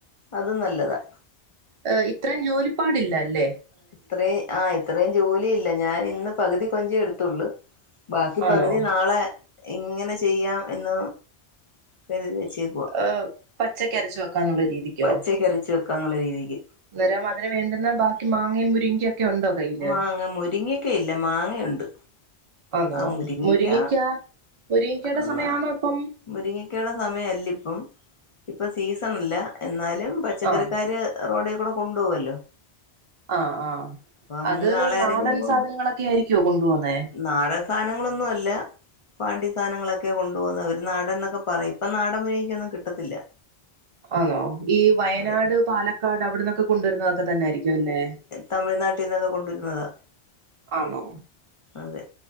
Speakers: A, on the left; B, on the right.
A: അത് നല്ലതാ
B: ഏഹ് ഇത്രയും ജോലിപ്പാടില്ലല്ലേ
A: ഇത്രയും ആഹ് ഇത്രയും ജോലിയില്ല ഞാൻ ഇന്ന് പകുതി കൊഞ്ചേ എടുത്തുള്ളു ബാക്കി
B: ആണോ
A: പകുതി നാളെ ഇങ്ങനെ ചെയ്യാം എന്ന് കരുതി വെച്ചേക്കുവാ
B: ഏഹ് പച്ചക്ക് അരച്ചു വെക്കാന്നുള്ള രീതിക്കോ
A: പച്ചക്കരച്ച് വെക്കാന്നുള്ള രീതിക്ക്
B: അന്നേരം അതിന് വേണ്ടുന്ന ബാക്കി മാങ്ങയും മുരിങ്ങക്കയും ഒക്കെ ഉണ്ടോ കയ്യില്
A: മാങ്ങ മുരിങ്ങക്ക ഇല്ല മാങ്ങയുണ്ട്.
B: ആണോ
A: ആ മുരിങ്ങക്ക
B: മുരിങ്ങക്കാ മുരിങ്ങക്കേടെ
A: എന്നാ
B: സമയാന്നോ ഇപ്പം.
A: മുരിങ്ങക്കയുടെ സമയല്ല ഇപ്പം ഇപ്പ സീസൺ അല്ല എന്നാലും പച്ചക്കറിക്കാര്
B: ആഹ്
A: റോഡി കൂടെ കൊണ്ടുപോകുവല്ലോ
B: ആഹ് ആഹ്
A: അങ്ങനെ
B: അത്
A: നാളെ
B: നാടൻ
A: ആരെങ്കിലും കൊണ്ടോ
B: സാധനങ്ങളൊക്കെ ആയിരിക്കോ കൊണ്ടു പോന്നേ?
A: നാടൻ സാനങ്ങളൊന്നും അല്ല പാണ്ടി സാധനങ്ങളൊക്കെ കൊണ്ട് പോകുന്നത് അവര് നാടൻ ന്നൊക്കെ പറയും ഇപ്പൊ നാടൻ മുരിങ്ങക്കയൊന്നും കിട്ടത്തില്ല
B: ആണോ ഈ വയനാട്
A: അതെ
B: പാലക്കാട് അവിടന്നൊക്കെ കൊണ്ടുവരുന്നതൊക്കെ തന്നെ ആയിരിക്കും അല്ലേ
A: തമിഴ്നാട്ടിൽന്നത് കൊണ്ടുവരുന്നതാ
B: ആന്നോ
A: അതെ